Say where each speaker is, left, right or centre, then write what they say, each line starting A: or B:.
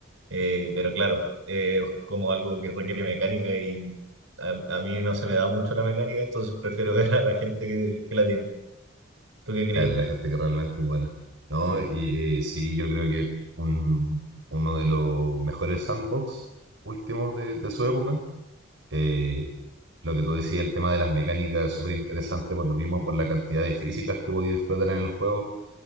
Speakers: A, on the right; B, on the right.
A: Eh, pero claro, eh, es como algo que requiere mecánica y a, a mí no se me da mucho la mecánica, entonces prefiero <laughs> ver a la gente que, que la tiene. ¿Tú qué creí?
B: Claro, la gente que realmente es buena. No,
A: Sí,
B: y eh, sí, yo creo que un- uno de los mejores sandbox últimos de, de su época. Eh, lo que tú decías, el tema de las mecánicas es súper interesante, por lo mismo, por la cantidad de físicas que podía explotar en el juego.